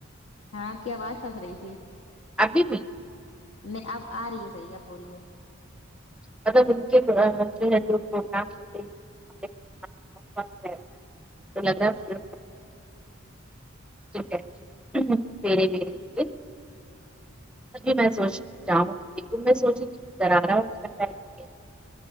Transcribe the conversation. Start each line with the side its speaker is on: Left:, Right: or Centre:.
Left: ہاں آپ کی آواز پھس رہی تھی
Centre: ابھی بھی
Left: نہیں اب آ رہی ہے صحیح اب بولیے
Centre: <unintelligible> <unintelligible> <inaudible> <inaudible>